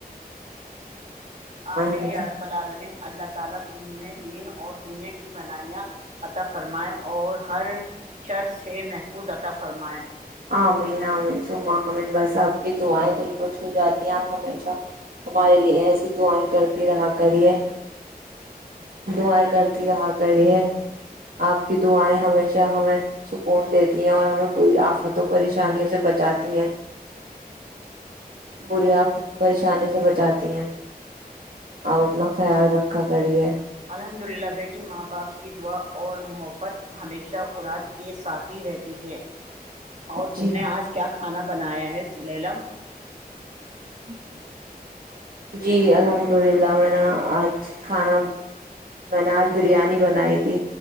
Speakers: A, on the right; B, on the right.
A: <unintelligible>
B: مجھے
A: دین اور دنیا کی بھلائیاں عطا فرمائے اور ہر شر سے محفوظ عطا فرمائے
B: عمین آمین سم عمین بس آپ کی دعائیں دل کو چھو جاتی ہیں آپ ہمیشہ ہمارے لیے ایسی دعائیں کرتی رہا کریے دعائیں کرتی رہا کریے آپ کی دعائیں ہمیشہ ہمیں سکون دیتی ہیں اور ہمیں بری آفت تو پریشانیوں سے بچاتی ہیں بری آپ پریشانی سے بچاتی ہیں آپ اپنا خیال رکھا کریے
A: الحمد للہ بیٹی ماں باپ کی دعا اور محبت ہمیشہ اراد کے ساتھی رہتی ہے اور تم
B: جی
A: نے آج کیا کھانا بنایا ہے سلیلا
B: ہ جی الحمد للہ میں نےا آج کھانا میں نے آج بریانی بنائی تھی